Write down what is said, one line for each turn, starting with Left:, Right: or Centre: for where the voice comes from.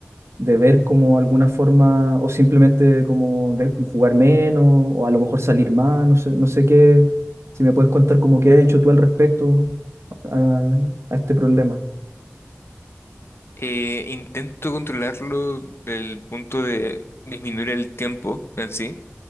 Right: de ver como alguna forma o simplemente como de jugar menos o a lo mejor salir más, no sé, no sé qué, si me puedes contar como qué has hecho tú al respecto a a este problema.
Left: Eh, intento controlarlo del punto de disminuir el tiempo en sí,